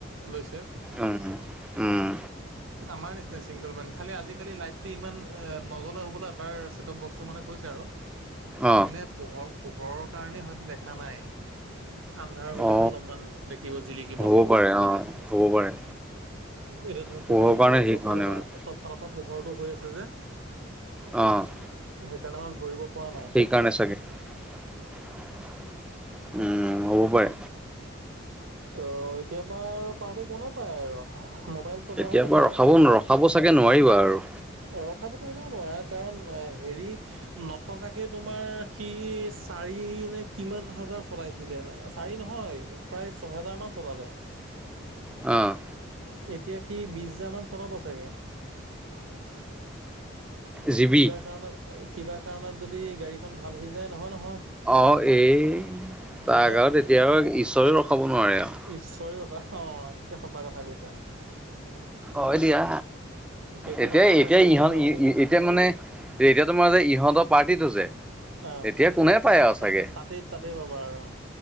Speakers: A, on the right (about 75°); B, in the centre.
A: লৈছে
B: উম, উম।
A: আমাৰ নিচিনা চিংগল মেন খালি আজিকালি লাইটটো ইমান নজ্বলে হ'বলা তাৰ চটেপ বক্সটো মানে কৈছে আৰু
B: অ
A: নে পোহৰ পোহৰৰ কাৰণেই হয়তো দেখা নাই। আন্ধাৰ হ'লেহে
B: অ
A: অলপমান দেখিব জিলিকিব।
B: হ'ব পাৰে অ' হ'ব পাৰে।
A: এতিয়া ধৰ
B: পোহৰ
A: সিহঁতৰ
B: কাৰণে
A: ঘৰৰ
B: হেৰি
A: চবফালৰপৰা
B: হোৱা নাই মানে
A: চবফালৰপৰা পোহৰটো হৈ আছে যে
B: অ'।
A: সেইকাৰণে মানে ধৰিব পৰা নাই
B: সেই কাৰণে চাগে, উম, হ'ব পাৰে।
A: ত' এতিয়াৰপা পাৰ্টি কোনেওঁ নাপায় আৰু মোবাইল চলোৱাহে
B: এতিয়াৰপৰা
A: কথা
B: ৰখাব
A: আৰু
B: ৰখাব চাগৈ নোৱাৰিবা আৰু।
A: ৰখাবতো এনেও নোৱাৰা কাৰণ হেৰি নথকাকে তোমাৰ সি চাৰি নে কিমান হাজাৰ চলাইছে। ছিলে চাৰি নহয়, প্ৰায় ছহেজাৰমান চলালে।
B: অ'।
A: এতিয়া সি বিশহাজাৰ মান চলাব চাগে।
B: জিবি
A: কিবা কাৰণত কিবা কাৰণত যদি গাড়ীখন ভাল হৈ যায় নহয়, নহয়।
B: অ' এই তাৰ
A: হে
B: গাঁৱত এতিয়া আৰু ঈশ্বৰে ৰখাব নোৱাৰে আৰু।
A: ঈশ্বৰে অ' একে সঁচা কথা কৈছা।
B: অ' দিয়া,
A: সেইটো
B: এতিয়া
A: নথকাকেই
B: এতিয়া ইহত
A: সি ইমানখিনি
B: ই এতিয়া মানে এতিয়া তোমাৰ যে ইহঁতৰ পাৰ্টিটো যে
A: অ',
B: এতিয়া কোনে পায়
A: অ'
B: আৰু চাগে
A: তাতেই তাতেই পাবা আৰু।